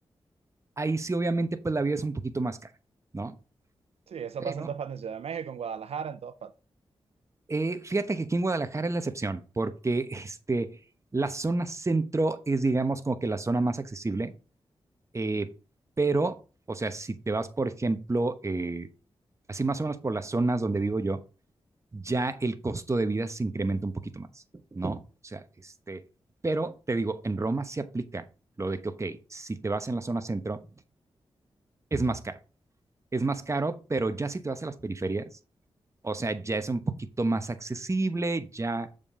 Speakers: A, on the right (about 30°); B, on the right (about 75°).
A: ahí sí obviamente pues la vida es un poquito más cara, ¿no?
B: Sí, eso
A: Pero
B: pasa en todas partes, en Ciudad de México, en Guadalajara, en todas partes.
A: eh, fíjate que aquí en Guadalajara es la excepción, porque este, la zona centro es, digamos, como que la zona más accesible Eh, pero, o sea, si te vas, por ejemplo, eh, así más o menos por las zonas donde vivo yo, ya el costo de vida se incrementa un poquito más, ¿no? O sea, este, pero te digo, en Roma se aplica lo de que, ok, si te vas en la zona centro, es más caro, es más caro, pero ya si te vas a las periferias, o sea, ya es un poquito más accesible, ya,